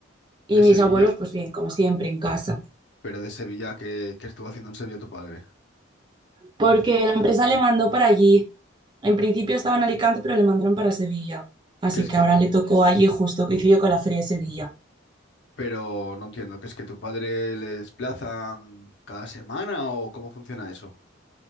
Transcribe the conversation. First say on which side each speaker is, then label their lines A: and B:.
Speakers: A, on the left; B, on the right.
A: ¿De
B: Y mis
A: Sevilla?
B: abuelos, pues bien, como siempre, en casa.
A: Pero de Sevilla, ¿qué, qué estuvo haciendo en Sevilla tu padre?
B: Porque la empresa le mandó para allí. En principio estaba en Alicante, pero le mandaron para Sevilla. Así
A: Que es
B: que
A: que,
B: ahora le tocó allí justo, coincidió con la Feria de Sevilla.
A: pero no entiendo, que es que tu padre le desplazan cada semana o cómo funciona eso?